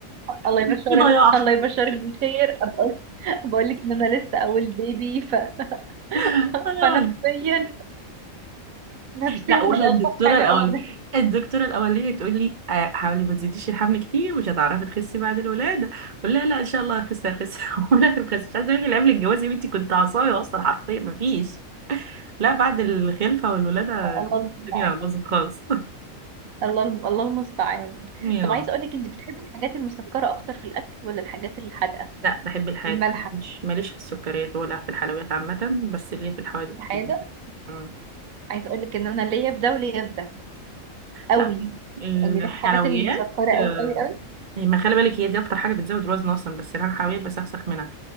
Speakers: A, on the right; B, on the right.
A: الله يبشرك
B: في ضياع
A: الله يبشرك بالخير بقول بقول لك ان انا لسه اول بيبي ف... <laughs>
B: <laughs>
A: ف... فنفسيا نفسيا
B: لا
A: مش
B: ولا
A: الطف
B: الدكتوره
A: حاجه
B: الاولانيه
A: ابدا
B: الدكتوره الاولانيه تقول لي آه، حاولي ما تزيديش الحمل كتير مش هتعرفي تخسي بعد الولاده اقول لها لا ان شاء الله هخس هخس <laughs> ولا بخس مش عايزه اقول لك، قبل الجواز يا بنتي كنت عصايه اصلا حرفيا ما فيش لا بعد الخلفه والولاده
A: الله المستعان
B: الدنيا باظت خالص
A: الله الم... الله المستعان
B: <laughs> يا
A: طب عايز
B: رب
A: اقول لك انت بتحبي الحاجات المسكره اكتر في الاكل ولا الحاجات الحادقه
B: لا بحب الحياة
A: المالحه
B: مش ماليش في السكريات ولا في الحلويات عامة بس ليا في الحوادق
A: الحادق
B: كتير مم.
A: عايز اقول لك ان انا ليا في ده وليا في ده قوي
B: لا الحلويات
A: يعني ليا في الحاجات المسكره
B: آه،
A: قوي قوي قوي
B: أي ما خلي بالك هي دي اكتر حاجه بتزود الوزن اصلا بس انا حاولت بسخسخ منها